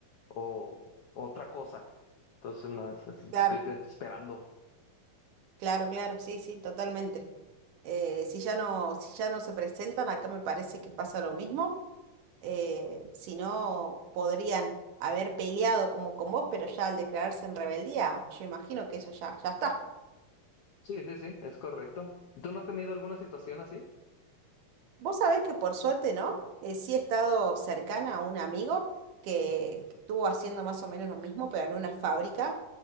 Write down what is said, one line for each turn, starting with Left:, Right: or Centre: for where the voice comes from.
Left: o otra cosa. Entonces, no, es, es lo
Right: Claro,
Left: que estoy esperando.
Right: claro, claro, sí, sí, totalmente. Eh, si ya no, si ya no se presentan, acá me parece que pasa lo mismo. Eh, si no, podrían haber peleado como con vos, pero ya al declararse en rebeldía, yo imagino que eso ya, ya está.
Left: Sí, sí, sí, es correcto. ¿Tú no has tenido alguna situación así?
Right: Vos sabés que por suerte, ¿no? Eh, sí he estado cercana a un amigo que, que estuvo haciendo más o menos lo mismo, pero en una fábrica.